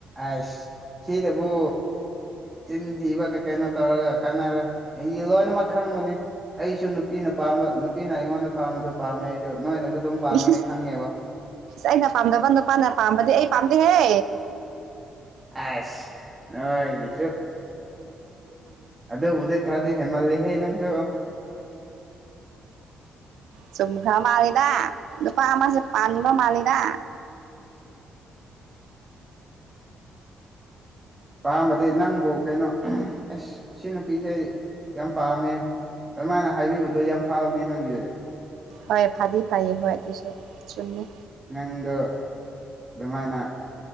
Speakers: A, on the right; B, on the right.
A: ꯑꯁ ꯁꯤꯗꯕꯨ꯫ ꯆꯤꯟ ꯊꯤꯕ ꯀꯩ ꯀꯩꯅꯣ ꯇꯧꯔꯒ ꯀꯥꯟꯅꯔꯣꯏ ꯑꯩꯗꯤ ꯂꯣꯏꯅꯃꯛ ꯈꯪꯕꯅꯤ꯫ ꯑꯩꯁꯨ ꯅꯨꯄꯤꯅ ꯄꯥꯝꯕ ꯅꯨꯄꯤꯅ ꯑꯩꯉꯣꯟꯗ ꯄꯥꯝꯕꯗꯣ ꯄꯥꯝꯃꯦ ꯑꯩꯁꯨ ꯅꯣꯏꯅꯁꯨ ꯑꯗꯨꯝ ꯄꯥꯝꯒꯅꯤ
B: ꯏꯁ
A: ꯈꯪꯉꯦꯕ
B: ꯑꯩꯅ ꯄꯥꯝꯗꯕ ꯅꯨꯄꯥꯅ ꯄꯥꯝꯕꯗꯤ ꯑꯩ ꯄꯥꯝꯗꯦꯍꯦ꯫
A: ꯑꯩꯁ ꯅꯣꯏꯒꯤꯁꯨ꯫ ꯑꯗꯨꯕꯨꯗꯤ ꯈꯔꯗꯤ ꯍꯦꯟꯃꯜꯂꯤꯍꯦ ꯅꯪꯁꯨ꯫
B: ꯆꯨꯝꯈ꯭ꯔ ꯃꯥꯜꯂꯤꯗ ꯅꯨꯄꯥ ꯑꯃꯁꯦ ꯄꯥꯟꯕ ꯃꯥꯜꯂꯤꯗ꯫
A: ꯄꯥꯝꯕꯗꯤ ꯅꯪꯕꯨ ꯀꯩꯅꯣ ꯑꯩꯁ ꯁꯤ ꯅꯨꯄꯤꯁꯦ ꯑꯩ ꯌꯥꯝ ꯄꯥꯝꯃꯦ꯫ ꯑꯗꯨꯃꯥꯏꯅ ꯍꯥꯏꯕꯤꯕꯗꯣ ꯌꯥꯝ ꯐꯕꯅꯦ ꯅꯪꯒꯤ꯫
B: ꯍꯣꯏ ꯐꯥꯗꯤ ꯐꯩꯌꯦ ꯍꯣꯏ ꯑꯗꯨꯁꯨ ꯆꯨꯝꯃꯤ꯫
A: ꯅꯪꯗꯣ꯫ ꯑꯗꯨꯃꯥꯏꯅ